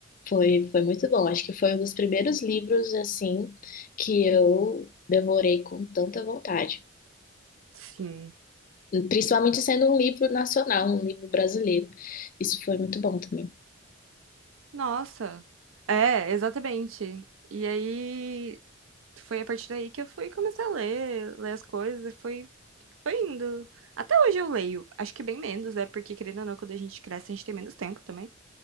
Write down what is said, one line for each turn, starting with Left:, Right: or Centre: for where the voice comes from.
Left: Foi, foi muito bom. Acho que foi um dos primeiros livros assim que eu devorei com tanta vontade.
Right: Sim.
Left: Principalmente sendo um livro nacional, um livro brasileiro. Isso foi muito bom também.
Right: Nossa. É, exatamente. E aí, foi a partir daí que eu fui começar a ler, ler as coisas, e foi, foi indo. Até hoje eu leio, acho que bem menos, é porque, querendo ou não, quando a gente cresce, a gente tem menos tempo também.